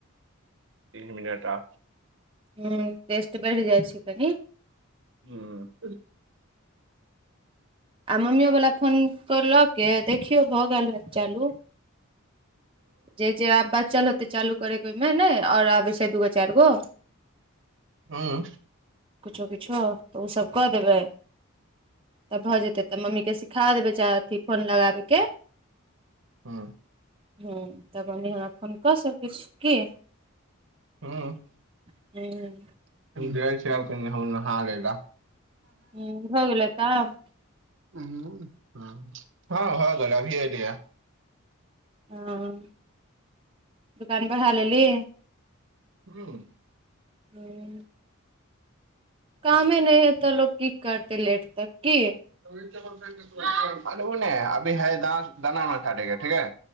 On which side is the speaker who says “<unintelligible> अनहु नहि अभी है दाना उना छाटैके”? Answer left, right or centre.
Right